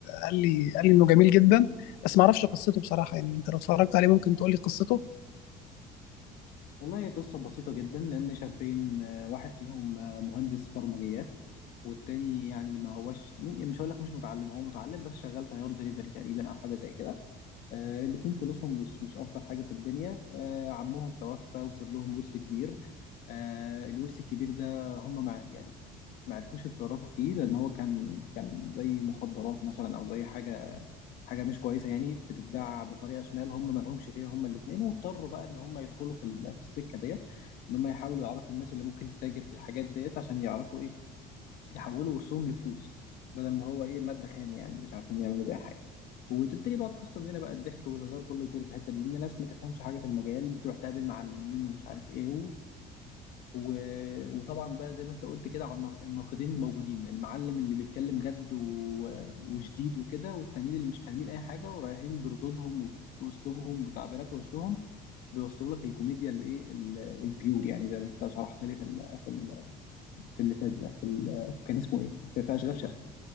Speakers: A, on the left; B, on the left.
A: قال لي قال لي انه جميل جدا بس ما اعرفش قصته بصراحه يعني انت لو اتفرجت عليه ممكن تقول لي قصته
B: والله هي قصة بسيطة جدا لأن شابين آه، واحد فيهم آه، مهندس برمجيات والتاني يعني ما هوش مي- مش هقول لك مش متعلم هو متعلم بس شغال طيار دليفري تقريبا أو حاجة زي كده آه، الاتنين فلوسهم مش مش أفضل حاجة في الدنيا آه، عمهم توفى وساب لهم ورث كبير آه، الورث الكبير ده هم مع يعني ما عرفوش يتصرفوا فيه لأن هو كان كان زي مخدرات مثلا أو زي حاجة حاجه مش كويسه يعني بتتباع بطريقه شمال هم ما لهمش فيها هم الاثنين واضطروا بقى ان هم يدخلوا في ال- في السكه ديت ان هم يحاولوا يعرفوا الناس اللي ممكن تتاجر في الحاجات ديت عشان يعرفوا ايه يحولوا رسوم لفلوس بدل ما هو ايه ماده خام يعني مش عارفين يعملوا بيها حاجه وتبتدي بقى القصه من هنا بقى الضحك والهزار كله يبتدي في الحته دي ان ناس ما تفهمش حاجه في المجال بتروح تقابل معلمين ومش عارف ايه و... وطبعا بقى زي ما انت قلت كده على النا- الناقدين الموجودين المعلم اللي بيتكلم جد و... وشديد وكده والتانيين اللي مش فاهمين اي حاجه ورايحين بردودهم وباسلوبهم وتعبيرات وشهم بيوصلوا لك الكوميديا الايه ال- البيور يعني زي ما انت شرحت لي في ال... في ال... في اللي فات ده في, ال... في كان اسمه ايه في, في اشغال شقه